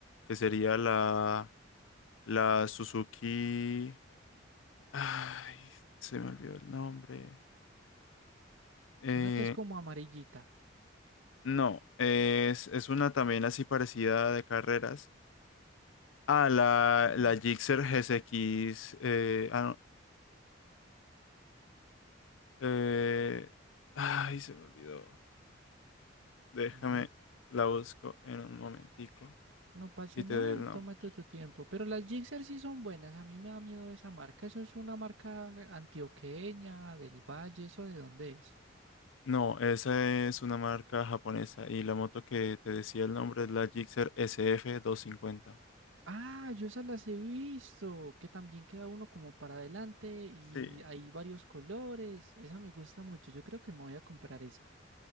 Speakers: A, on the left (about 90°); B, on the right (about 85°).
A: que sería la, la Suzuki. Ay, se me olvidó el nombre. Eh,
B: Una que es como amarillita.
A: no, es, es una también así parecida de carreras. Ah, la,
B: Mm.
A: la Gixxer GSX. eh, ah, no. eh, ay, se me olvidó. Déjame,
B: Una,
A: la busco en un momentico
B: no pasa
A: y
B: nada,
A: te doy el
B: tómate
A: nombre.
B: tu tiempo. Pero las Gixxer sí son buenas, a mí me da miedo esa marca. Eso es una marca antioqueña, del Valle, ¿eso de dónde es?
A: No, esa es una marca japonesa y la moto que te decía el nombre es la Gixxer sf cincuenta.
B: Ah, yo esas las he visto, que también queda uno como para adelante y
A: Sí.
B: hay varios colores. Esa me gusta mucho. Yo creo que me voy a comprar esa.